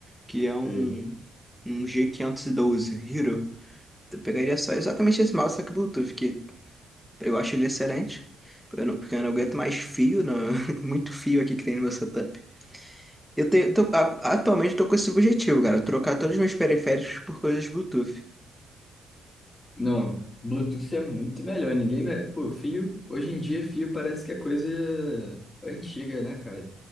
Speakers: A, in the centre; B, on the left.
A: que é um,
B: Sei.
A: um g quinhentos e doze, Hero. Eu pegaria só exatamente esse mouse, só que Bluetooth, que eu acho ele excelente. Eu não- porque eu não aguento mais fio, não, <laughs> muito fio aqui que tem no meu setup. Eu tenho, tô- a- atualmente eu tô com esse objetivo, cara, trocar todos os meus periféricos por coisas Bluetooth.
B: Não, Bluetooth é muito melhor. Ninguém. me- Pô, fio. Hoje em dia, fio parece que é coisa antiga, né, cara?